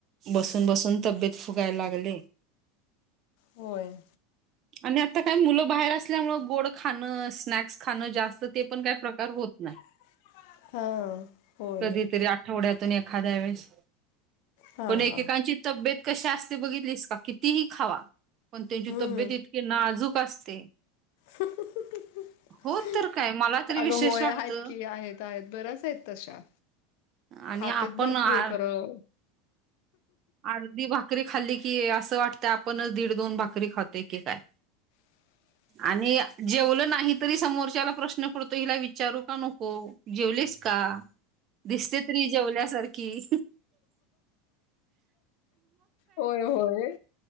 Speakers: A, on the right; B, on the left.
A: बसून बसून तब्येत फुगायला लागले.
B: होय.
A: आणि आता काय मुलं बाहेर असल्यामुळं गोड खाणं, स्नॅक्स खाणं, जास्त ते पण काही प्रकार होत नाही.
B: <inaudible> होय
A: कधीतरी आठवड्यातून एखाद्या वेळेस.
B: हां
A: पण एकेकांची
B: हां
A: तब्येत कशी असते बघितलीस का कितीही खावा त्यांची
B: हम्म
A: तब्येत इतके नाजूक असते.
B: ह ह ह
A: हो
B: ह.
A: तर काय मला तरी
B: अगं
A: विशेष
B: होय
A: वाटतं
B: आहेत की आहेत आहेत बऱ्याच आहेत तशा.
A: आणि
B: खातेत
A: आपण
B: भरपूर
A: आ
B: खरं!
A: अर्धी भाकरी खाल्ली की असं वाटतं आपणच दीड दोन भाकरी खातो की काय!
B: <inaudible>
A: आणि जेवलं नाही तरी समोरच्याला प्रश्न पडतो, हिला विचारू का नको? जेवलीस का? दिसते तरी ही जेवल्यासारखी.
B: होय होय